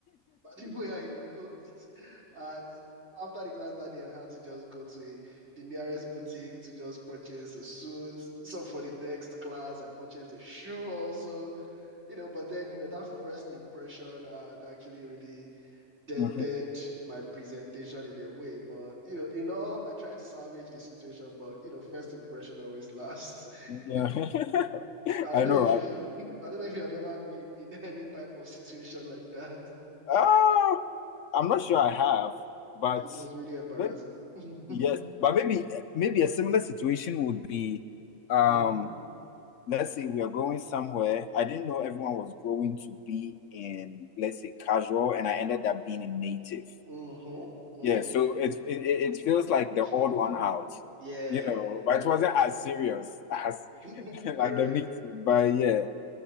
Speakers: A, on the right; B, on the left.
A: <laughs> the way I looked. And after the class that day, I had to just go to a- the nearest boutique to just purchase a suit. So for the next class, I purchased a shoe also, you know. But then, you know, that first impression had actually really dented
B: Mhm.
A: my presentation in a way. But, you know, in all, I tried to salvage the situation, but, you know, first impression always lasts. <laughs>
B: Yeah. <laughs>
A: I don't
B: I
A: know
B: know,
A: if
B: right?
A: you have, <laughs> I don't know if you have ever been in <laughs> any type of situation like that.
B: Uh, I'm not sure I have, but
A: It was really embarrassing.
B: but
A: <laughs>
B: yes, but maybe maybe a similar situation would be, um,
A: Mhm.
B: let's say we are going somewhere. I didn't know everyone was going to be in, let's say, casual, and I ended up being in native.
A: Mm-hmm. Mm-hmm.
B: Yeah, so it it,
A: Mm-hmm.
B: it feels like the odd one out,
A: Yeah,
B: you know. But
A: correct.
B: it wasn't as serious as
A: <laughs>
B: <laughs> like
A: Correct.
B: the meeting.
A: <laughs>
B: But yeah,